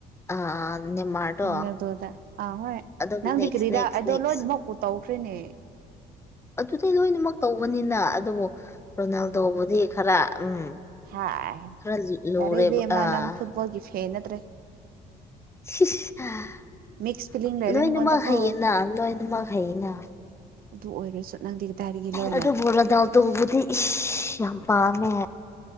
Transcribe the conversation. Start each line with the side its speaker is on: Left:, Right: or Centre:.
Left: ꯑꯥ ꯅꯦꯃꯥꯔꯗꯣ
Right: ꯔꯣꯅꯥꯜꯗꯣꯗ ꯑꯥ ꯍꯣꯏ
Left: ꯑꯗꯨꯝ
Right: ꯅꯪꯗꯤ
Left: ꯅꯦꯛꯁ
Right: ꯀ꯭ꯔꯤꯔ
Left: ꯅꯦꯛꯁ
Right: ꯑꯗꯣ
Left: ꯅꯦꯛꯁ
Right: ꯂꯣꯏꯅꯃꯛꯄꯨ ꯇꯧꯈ꯭ꯔꯦꯅꯦ
Left: ꯑꯗꯨꯗꯤ ꯂꯣꯏꯅꯃꯛ ꯇꯧꯕꯅꯤꯅ ꯑꯗꯨꯕꯨ ꯔꯣꯅꯥꯜꯗꯣꯕꯨꯗꯤ ꯈꯔ ꯎꯝ
Right: ꯍꯥꯏ
Left: ꯈꯔ ꯂꯨꯔꯦꯕ
Right: ꯌꯥꯔꯦ ꯏꯕꯦꯝꯃ
Left: ꯑꯥ
Right: ꯅꯪ ꯐꯨꯠꯕꯣꯜꯒꯤ ꯐꯦꯟ ꯅꯠꯇ꯭ꯔꯦ
Left: ꯁꯤꯁ <inaudible>
Right: ꯃꯤꯛꯁ ꯐꯤꯂꯤꯡ ꯂꯩꯔꯦ
Left: ꯂꯣꯏꯅꯃꯛ
Right: ꯅꯉꯣꯟꯗꯀꯣ
Left: ꯍꯩꯌꯦꯅ ꯂꯣꯏꯅꯃꯛ ꯍꯩꯌꯦꯅ
Right: ꯑꯗꯨ ꯑꯣꯏꯔꯁꯨ ꯅꯪꯗꯤ ꯀꯗꯥꯏꯗꯒꯤ ꯂꯣꯏꯅ
Left: ꯑꯗꯨꯕꯨ ꯔꯣꯅꯥꯜꯗꯣꯕꯨꯗꯤ ꯌꯥꯝ ꯄꯥꯝꯃꯦ